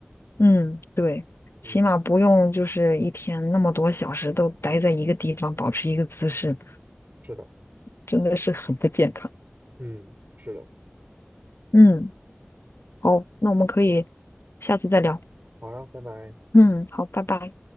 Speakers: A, on the left (about 65°); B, on the right (about 40°).
A: 嗯，对，
B: 嗯，
A: 起码不用就是一天那么多小时都待在一个地方，保持一个姿势，
B: 是的，
A: 真的是很不健康。
B: 嗯，是的，
A: 嗯，好，那我们可以下次再聊。
B: 好呀，拜拜。
A: 嗯，好，拜拜。